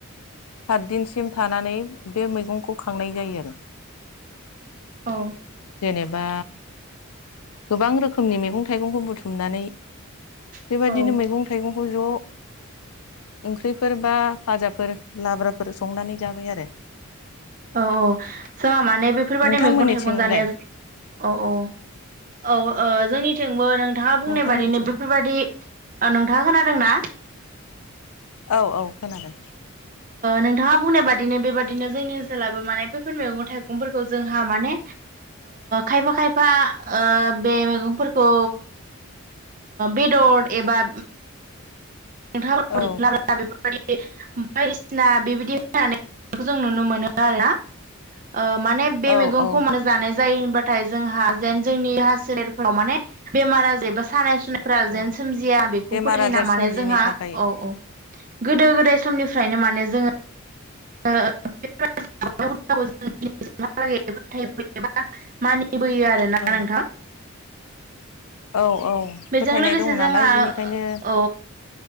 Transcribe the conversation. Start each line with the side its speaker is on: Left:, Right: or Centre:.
Left: सातदिनसिम थानानै बे मैगंखौ खांनाय जायो आरो
Right: औ
Left: जेनेबा गोबां रोखोमनि मैगं थाइगंखौ बुथुमनानै
Right: औ
Left: बेबादिनो मैगं थाइगं खौ ज' ओंख्रिफोर बा फाजाफोर लाब्राफोर संनानै जाबाय आरो
Right: औ औ जोंहा माने बेफोरबादि
Left: नोंथांमोननिथिंलाय
Right: मैगं थाइगं जानाया औ औ औ जोंनिथिंबो नोंथाङा बुंनाय
Left: नोंथांमोनथिं
Right: बादिनो बेफोरबादि नोंथाङा खोनादोंना?
Left: औ औ खोनादों
Right: नोंथाङा बुंनाय बादिनो बेबादिनो जोंनि ओनसोलाबो माने बैफोर मैगं थाइगंफोरखौ जोंहा माने खायफा खायफा बे मैगंफोरखौ बेदर एबा नोंथाङा <unintelligible>
Left: औ
Right: बायदिसिना बेबायदि जानायखौ जों नुनो मोनो आरोना अ माने बे
Left: औ
Right: मैगंखौ
Left: औ
Right: मानो जानाय जायो होनबाथाय जोंहा जेन जोंनि हा सोलेरफोराव माने बेमार आजार एबा सानाय फोरा जेन
Left: औ
Right: सोमजिया बेखौ
Left: बेमार
Right: फोथायना
Left: आजार
Right: माने
Left: सोमजियिनि
Right: जोंहा
Left: थाखाय
Right: औ औ गोदो गोदाय समनिफ्रायनो माने जोङो <unintelligible> नायबोयो आरो ना
Left: औ
Right: नोंथां।
Left: औ औ
Right: बेजों
Left: फोथायनाय
Right: लोगोसे
Left: दङ
Right: जोंहा
Left: नालाय। बेनिखायनो
Right: औ